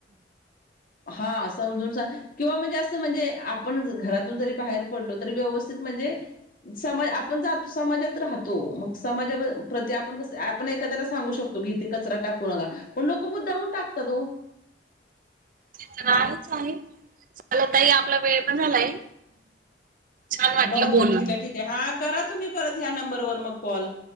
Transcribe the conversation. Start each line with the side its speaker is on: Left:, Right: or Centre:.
Left: हा समजून सांग किंवा म्हणजे, असं म्हणजे आपण घरातून जरी बाहेर. पडलो तरी व्यवस्थित म्हणजे, समाज आपण जो समाजात राहतो. मग समाजा प्रती आपण कसं आपण एखाद्याला सांगू शक तुम्ही येथे कचरा टाकू नका, पण लोकं मुद्दाम हून टाकतात ओ.
Right: ते तर आहेच आहे, चला ताई आपला वेळ पण झालाय. छान वाटलं
Left: बरं बरं
Right: बोलून.
Left: ठीक आहे ठीक आहे, हा करा तुम्ही परत ह्या नंबरवर मग कॉल.